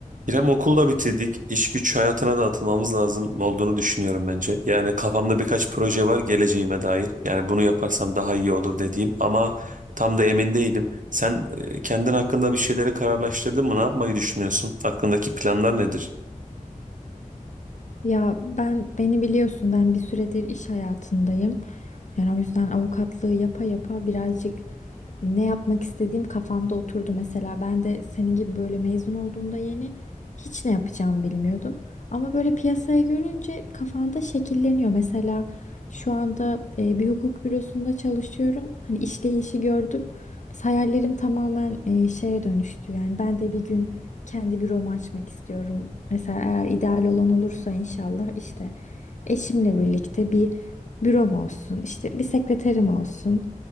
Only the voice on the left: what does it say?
Ya ben beni biliyorsun ben bir süredir iş hayatındayım. Yani o yüzden avukatlığı yapa yapa birazcık ne yapmak istediğim kafamda oturdu. Mesela ben de senin gibi böyle mezun olduğumda yeni hiç ne yapacağımı bilmiyordum. Ama böyle piyasayı görünce kafanda şekilleniyor. Mesela şu anda e, bir hukuk bürosunda çalışıyorum. Hani işleyişi gördüm. Hayallerim tamamen e, şeye dönüştü. Yani ben de bir gün kendi büromu açmak istiyorum. Mesela eğer ideal olan olursa inşallah işte eşimle birlikte bir bürom olsun, işte bir sekreterim olsun,